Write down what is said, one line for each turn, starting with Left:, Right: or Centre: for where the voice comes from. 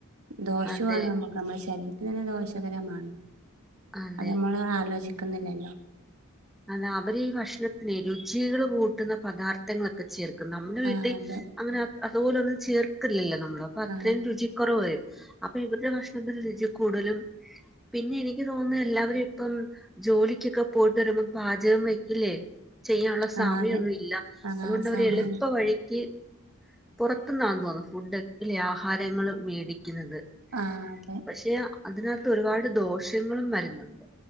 Right: ദോഷവാണ്
Centre: അതെ
Right: നമ്മക്ക് നമ്മുടെ ശരീരത്തിനു തന്നെ ദോഷകരമാണ്
Centre: അതെ
Right: അതു നമ്മളാലോചിക്കുന്നില്ലല്ലോ
Centre: അല്ലയവരീ ഭക്ഷണത്തിനെ രുചികളുകൂട്ടുന്ന പദാർഥങ്ങളൊക്കെ ചേർക്കും നമ്മുടെ വീട്ടിൽ
Right: ആ അതെ
Centre: അങ്ങനെയതു പോലൊന്നും ചേർക്കില്ലല്ലോ നമ്മള് അപ്പൊളത്രയും
Right: ആ
Centre: രുചിക്കുറവുവരും. അപ്പൊ ഇവരുടെ ഭക്ഷണത്തിനു രുചിക്കൂടുതലും പിന്നെ യെനിക്കുതോന്നുന്നു എല്ലാവരുമിപ്പം ജോലിക്കൊക്കെ പോയിട്ടു വരുമ്പോം പാചകം വെക്കില്ലേ ചെയ്യാനുള്ളസമയമൊന്നുല്ല
Right: ആ അതെ ആ
Centre: അതുകൊണ്ടവര്
Right: സമയം
Centre: എളുപ്പ വഴിക്ക് പുറത്തുനിന്നാന്നു തോന്നുന്നു ഫുഡ് അല്ലേ ആഹാരങ്ങളുമേടിക്കുന്നത്
Right: ആഹ് അതെ
Centre: പക്ഷെയതിനകത്ത് ഒരുപാടുദോഷങ്ങളും വരുന്നുണ്ട്